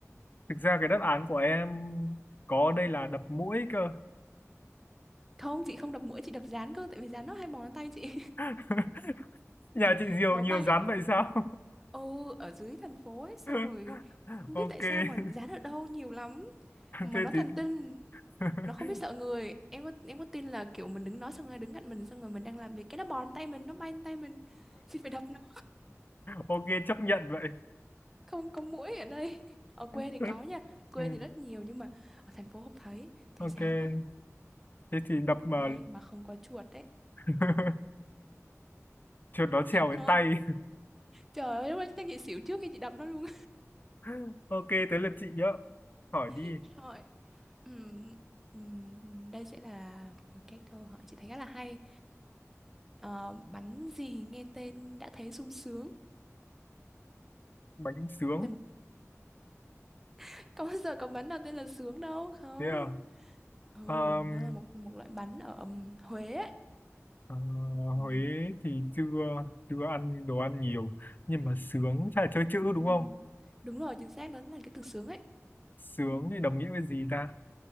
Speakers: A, on the left; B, in the centre.
A: thực ra cái đáp án của em có đây là đập mũi cơ
B: không chị không đập mũi chị đập dán cơ tại vì dán nó hay bò lên tay chị
A: <laughs> nhà
B: <laughs>
A: chị Diều
B: nó
A: nhiều
B: bay
A: rắn vậy sao
B: ừ ở dưới thành phố ấy xong
A: <laughs>
B: rồi không biết
A: ok
B: tại sao mà
A: <laughs>
B: dán ở đâu nhiều lắm mà
A: thế
B: nó
A: thì
B: thần tinh
A: <laughs>
B: nó không biết sợ người em có em có tin là kiểu mình đứng nó xong rồi đứng cạnh mình xong rồi mình đang làm việc cái nó bòn tay mình nó bay lên tay mình thì phải đập nó
A: ok chấp nhận vậy
B: không có mũi ở đây ở quê
A: <laughs>
B: thì có nha quê
A: ừ.
B: thì rất nhiều nhưng mà ở thành phố không thấy thấy
A: ok
B: dán rồi
A: thế thì đập mà
B: may mà không có chuột đấy
A: <laughs> chuột nó trèo đến
B: rồi
A: tay
B: trời ơi lúc đấy chắc chị xỉu trước khi chị đập nó luôn
A: <laughs> ok tới lượt chị nhớ hỏi
B: <laughs>
A: đi
B: rồi Ừm, ừm, đây sẽ là một cái câu hỏi chị thấy khá là hay Ờ, bánh gì nghe tên đã thấy sung sướng.
A: bánh sướng
B: Thế mà <laughs> có bao giờ có bắn nào tên là sướng đâu không?
A: thế à
B: Ừ,
A: Ờm,
B: nó là một một loại bắn ở ừm, Huế ấy.
A: ờ,
B: Ừm,
A: Huế thì chưa chưa ăn đồ ăn nhiều nhưng mà sướng chắc là chơi chữ đúng
B: ừm.
A: không
B: Đúng rồi, chính xác nó là cái từ sướng ấy.
A: sướng thì đồng nghĩa với gì ta